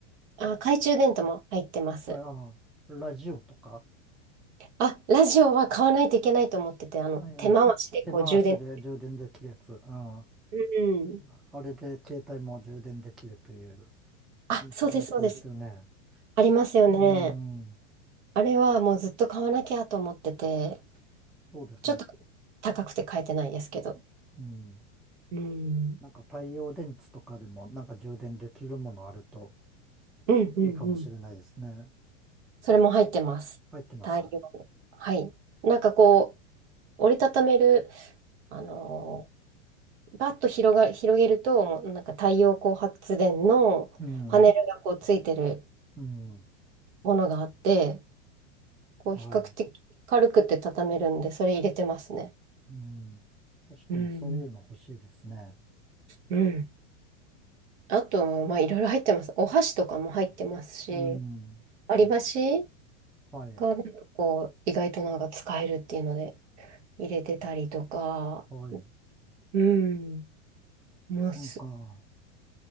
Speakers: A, on the right (about 65°); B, in the centre.
A: あ、懐中電灯も入ってます。
B: ああ、ラジオとか。
A: あ、ラジオは買わないといけないと思ってて、あの、
B: ええ手回しで充電できるやつ。
A: 手回しでこう充電。
B: うん。う
A: うん。
B: んあれで携帯も充電できるという
A: あ、そうです、
B: やつですよね。
A: そうです。ありますよね。
B: うん。
A: あれはもうずっと買わなきゃと思ってて、
B: そうですね。
A: ちょっと高くて買えてないですけど。
B: うん。
A: うん。
B: なんか太陽電池とかでもなんか充電できるものあると
A: うん、うん、
B: いいかもしれないですね。
A: うん。それも入ってます。
B: 入ってます。
A: 対応。はい。なんかこう、折りたためる、あのーバッと広が、広げると、もうなんか太陽光発電のパネルがこうついてる
B: うん。うん。
A: ものがあって、こう比較的軽くて畳めるんで、
B: はい。
A: それ入れてますね。
B: うん。確かにそういうの欲しいですね。
A: うん、うん。あと、まあいろいろ入ってます。お箸とかも入ってますし、
B: うん。
A: 割り箸
B: はい。
A: がなんかこう、意外となんか使えるっていうので入れてたりとか、
B: はい。
A: うん、ます。
B: なんか、